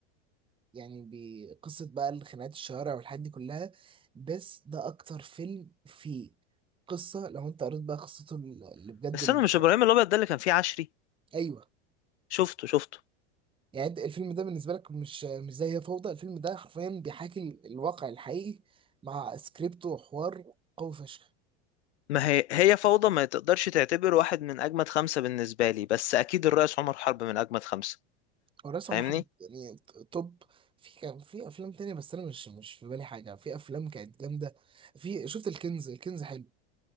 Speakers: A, on the right; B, on the left.
A: يعني بقصه بقى الخناقات الشوارع والحاجات دي كلها بس ده اكتر فيلم فيه قصه لو انت قريت بقى قصته اللي
B: <clears throat>
A: بجد
B: استنى
A: اللي
B: مش ابراهيم الابيض ده اللي كان فيه عشري
A: ايوه
B: شفته شفته
A: يعني انت الفيلم ده بالنسبه لك مش مش زي هي فوضى الفيلم ده حرفيا بيحاكي الواقع الحقيقي مع سكريبت وحوار قوي فشخ
B: ما هي هي فوضى ما تقدرش تعتبر واحد من اجمد خمسة بالنسبه لي بس اكيد الرئيس عمر حرب من اجمد خمسة
A: هو رأس
B: فاهمني
A: محمد يعني توب في كان في افلام تانية بس انا مش مش في بالي حاجه في افلام كانت جامده في شفت الكنز الكنز حلو